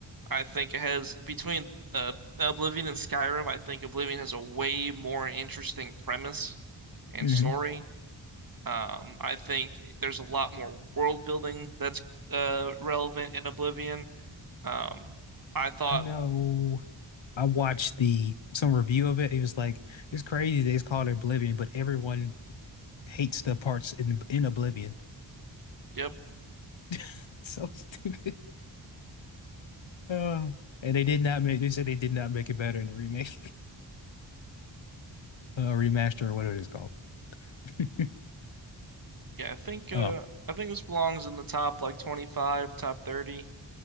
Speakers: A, on the right (about 45°); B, on the left (about 70°).
A: I think it has between uh Oblivion and Skyrim. I think Oblivion has a way more interesting premise and
B: Mhm.
A: story. Um, I think there's a lot more world building that's uh relevant in Oblivion. Um, I thought,
B: I know. I watched the some review of it. It was like it's crazy they called it Oblivion, but everyone hates the parts in in Oblivion.
A: yep,
B: <laughs> It's so stupid. Uh, and they did not make. They said they did not make it better in the remake, <laughs> uh, remaster, or whatever it is called. <laughs>
A: yeah, I think uh
B: Oh,
A: I think this belongs in the top like 25, top 30.